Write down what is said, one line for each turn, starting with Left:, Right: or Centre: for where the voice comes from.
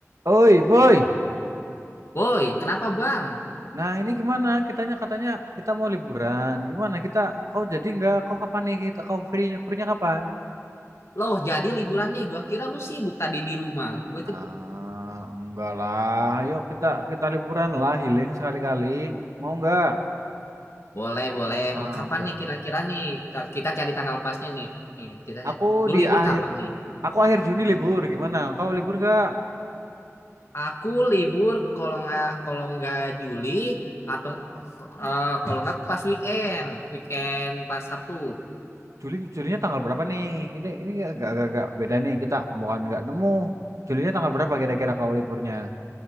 Right: Oi, boy.
Left: Woi, kenapa bang?
Right: Nah, ini gimana? Kitanya katanya kita mau liburan. Gimana kita? Kau jadi nggak? Kau kapan nih kita? Kau free-nya? Free-nya kapan?
Left: Loh, jadi liburan nih. Gua kira lu sibuk tadi di rumah. Gue
Right: Ah,
Left: tuh
Right: enggak lah. Ayo kita kita liburan lah, healing sekali-kali. Mau nggak?
Left: boleh, boleh.
Right: Ah,
Left: Mau kapan
Right: oke. oke.
Left: nih kira-kira nih? Kita, kita cari tanggal pasnya nih. Kita
Right: Aku
Left: cari. Lu
Right: di
Left: libur
Right: akhir,
Left: kapan nih?
Right: aku akhir Juni libur. Gimana? Kau libur nggak?
Left: Aku libur kalau nggak kalau nggak Juli atau eh, kalau nggak pas weekend, weekend pas Sabtu.
Right: Juli, Julinya tanggal berapa nih? Ini ini agak-agak beda nih. Kita bukan nggak nemu. Julinya tanggal berapa kira-kira
Left: O-
Right: kau liburnya?